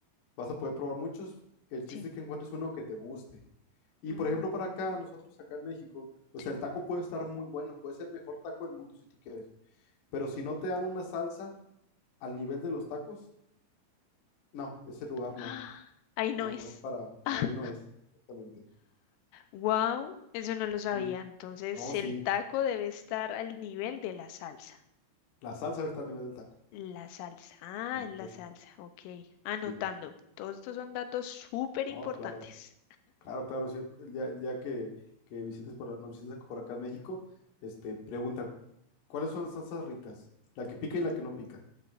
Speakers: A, on the left (about 65°); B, on the left (about 85°).
A: vas a poder probar muchos. El chiste
B: Sí.
A: es que encuentres uno que te guste. Y
B: Mm,
A: por ejemplo, para acá, nosotros acá en México, o
B: sí.
A: sea, el taco puede estar muy bueno, puede ser el mejor taco del mundo si tú quieres, pero si no te dan una salsa al nivel de los tacos, no, ese lugar
B: ¡Ah!
A: no,
B: Ahí no
A: no,
B: es.
A: no es para, no,
B: <laughs>
A: ahí no es, exactamente.
B: Wow, eso no lo sabía.
A: Sí,
B: Entonces,
A: no, sí,
B: el taco debe estar al nivel de la salsa.
A: la salsa debe estar al nivel del taco,
B: La salsa. Ah,
A: sí,
B: es la
A: las-
B: salsa. Ok. Anotando.
A: sí,
B: Todos estos son datos súper importantes.
A: no, claro, claro, claro, sí, el día, el día que, que visites por, nos visites por acá en México, este, pregunta, ¿cuáles son las salsas ricas? La que pica y la que no pica,